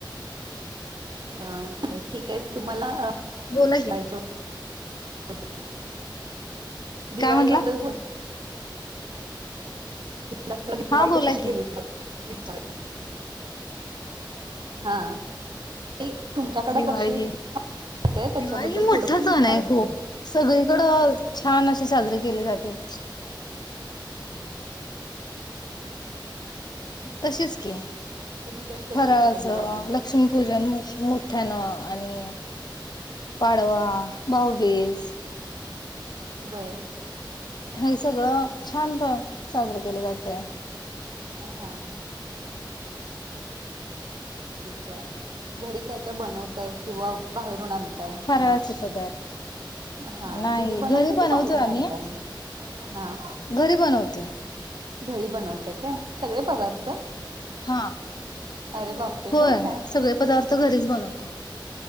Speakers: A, on the right; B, on the left.
A: ह्म्म. ठीक आहे तुम्हाला अं
B: बोला की
A: <unintelligible> दिवाळीबद्दल
B: काय म्हंटला
A: थोड <unintelligible>
B: हा
A: वाईट
B: बोला
A: क
B: की
A: केल च हा ते तुमच्याकडे
B: दिवाळी
A: कशी होते त्याच्याबद्दल
B: दिवाळी मोठा
A: थोडस विचारायचं
B: सण आहे खूप
A: होतं
B: सगळीकडं छान असे साजरे केले जाते तशीच की
A: तुम्ही काय स्पेशल
B: फराळाचं
A: करा दिवाळीला
B: लक्ष्मीपूजन म्हशी मोठ्यानं आणि पाडवा भाऊबिज
A: बरं
B: हे सगळं छान पण साजरे केले जातय
A: हा ठीक आहे घरी काय काय बनवतायत किंवा बाहेरून आण
B: फराळाचे
A: मग
B: पदार्थ
A: हा
B: नाही
A: घरी बनवताय की
B: बनवतो
A: बाहेरून
B: आम्ही
A: आणतय मग हा
B: घरी बनवते
A: घरी बनवताय काय? सगळे पदार्थ?
B: हा.
A: अरे बापरे!
B: होय
A: काय?
B: सगळे पदार्थ घरीच बनवतोय.